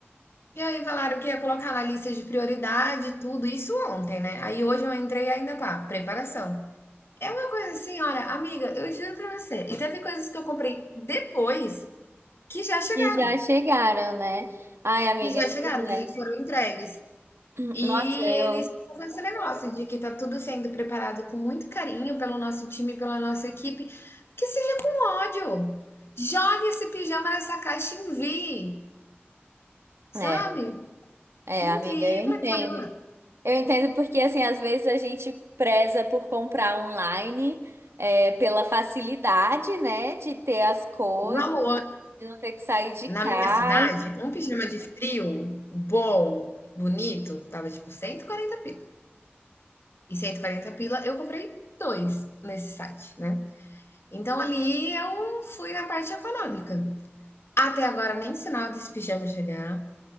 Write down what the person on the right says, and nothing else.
E já chegaram, né? Ai, amiga,
pois
é.
<clears throat>
Nossa, eu.
É, é,
amiga, eu entendo.
Eu entendo porque, assim, às vezes a gente preza por comprar online, é, pela facilidade, né, de ter as coisas.
De não ter que sair de
casa.